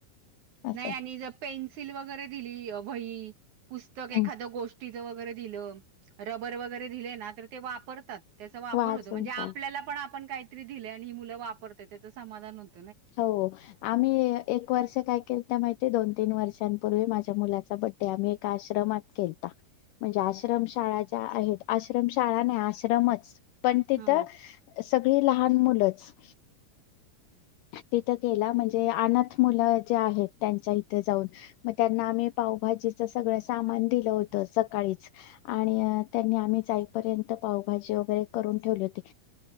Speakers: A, on the left; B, on the right.
A: असं.
B: नाही आणि जर पेन्सिल वगैरे दिली वही, पुस्तक एखादं
A: हं.
B: गोष टीचं वगैरे दिलं, रबर वगैरे दिले ना तर ते वापरतात. त्याचा वापर
A: वाचून
B: होतो, म्हणजे
A: का
B: आपल्याला पण आपण काहीतरी दिलंय आणि ही मुलं वापरतेत त्याचं समाधान होत
A: हो, आम्ही ए एक वर्ष काय केलतं माहिती, दोन तीन वर्षांपूर्वी माझ ज्या मुलाचा बड्डे आम्ही एका आश्रमात केलता, म्हणजे आश्रम शाळा ज्या आहेत, आश्रमाशाळा नाही आश्रमच, पण तिथं
B: हा
A: सगळी लहान मुलंच. तिथं केला म्हणजे. अनाथ मुलं जी आहेत. त्यांच्या इथे जाऊन मग त्यांच्या आम्ही पाव पावभाजीच सगळ सामान दिलं होत. सकाळीच आणि त्यांनी आम्ही. जाईपर्यंत पावभाजी वगैरे करून ठेवले होते.